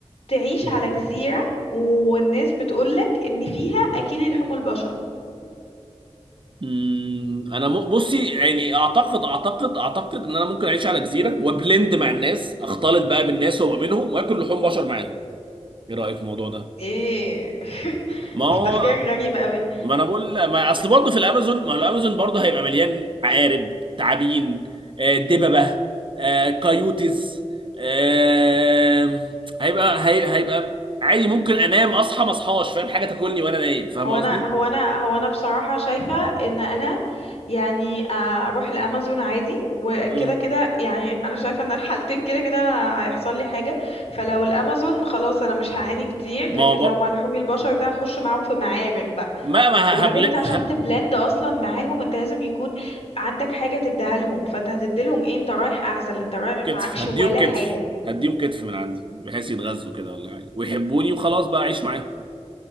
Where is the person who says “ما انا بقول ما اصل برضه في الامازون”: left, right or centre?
Right